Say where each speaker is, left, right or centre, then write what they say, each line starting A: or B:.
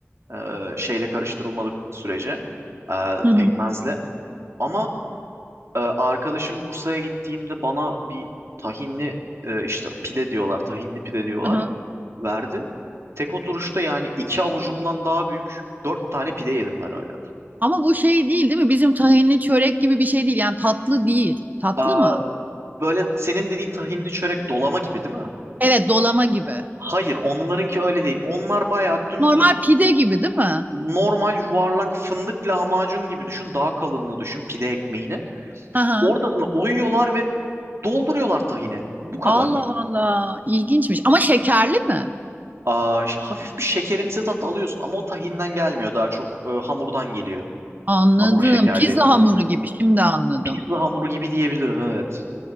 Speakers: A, on the right (about 65°); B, on the right (about 35°).
A: E, şeyle karıştırılmadık sürece e,
B: Hı
A: pekmezle. Ama e, arkadaşım Bursa'ya gittiğimde bana bir tahinli e, işte pide diyorlar tahinli pide diyorlar.
B: hı.
A: verdi. Tek oturuşta yani iki avucumdan daha büyük dört tane pide yedim ben öyle.
B: Ama bu şey değil değil mi? Bizim tahinli çörek gibi bir şey değil. Yani tatlı değil. Tatlı
A: Aa,
B: mı?
A: böyle senin dediğin tahinli çörek dolama gibi değil mi?
B: Evet, dolama gibi.
A: Hayır, onlarınki öyle değil. Onlar bayağı dümdüz
B: Normal pide gibi değil mi?
A: normal yuvarlak fındık lahmacun gibi düşün. Daha kalınlığı düşün pide ekmeğini.
B: Hı hı.
A: Ortasını oyuyorlar ve dolduruyorlar tahini. Bu kadar.
B: Allah Allah. İlginçmiş. Ama şekerli mi?
A: Aa, ş- hafif bir şekerimsi tat alıyorsun ama o tahinden gelmiyor. Daha çok e, hamurdan geliyor.
B: Anladım.
A: Hamuru şekerli
B: Pizza
A: yapıyorlar.
B: hamuru gibi. Şimdi anladım.
A: Pizza hamuru gibi diyebilirim evet.